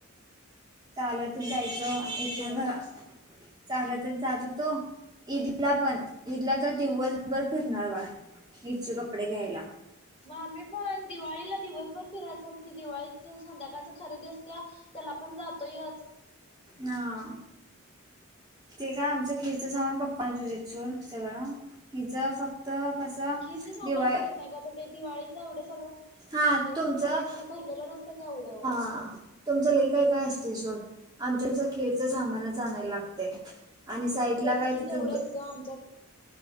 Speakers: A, on the right; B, on the left.
A: चालतच जायच चो
B: असू
A: इथनं
B: दे
A: घरा चालतच जात होतो. ईदला पण ईदला तर दिवसभर फिरणार बा ईदची कपडे घ्यायला.
B: मग आम्ही पण दिवाळीला दिवसभर फिरायच आणि दि दिवाळीच संध्याकाळच खरेदि असत्या. त्याला पण जातोयचं.
A: हा. ते काय आमचं खिरीचं सामान पप्पा आणत होतीत सोड सगळं खिरीच फक् तर कसं
B: खीरच सामानसाठी
A: दिवाळ
B: नाही ग आता ते दिवाळीच एवढ सगळ
A: हा
B: ते
A: तुमचं
B: जनता बँकेला भरलेलं नसतंय काय एवढ.
A: हा तुमचं लय काय काय असतंय सोड आमच कस खिरीच सामानच
B: हम्म.
A: आणाय लागतय आणि साईडला
B: तेच
A: काय
B: कि
A: तिथं
B: तेवढंच
A: <unintelligible>
B: ग आमच्यात